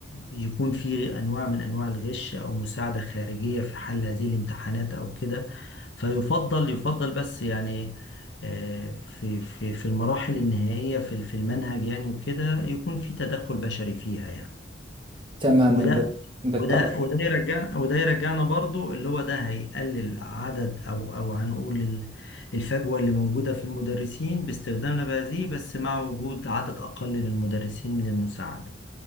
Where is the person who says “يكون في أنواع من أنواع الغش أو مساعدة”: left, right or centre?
Left